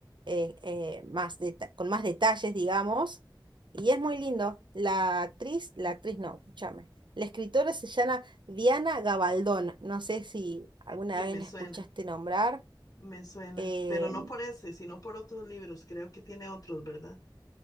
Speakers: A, on the right; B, on the left.
A: eh, eh, más deta- con más detalles, digamos. Y es muy lindo. La actriz, la actriz no, escúchame. La escritora se llama Diana Gabaldón. No sé si alguna
B: Sí,
A: vez
B: me
A: la
B: suena,
A: escuchaste nombrar.
B: me suena,
A: Eh,
B: pero no por ese, sino por otros libros, creo que tiene otros, ¿verdad?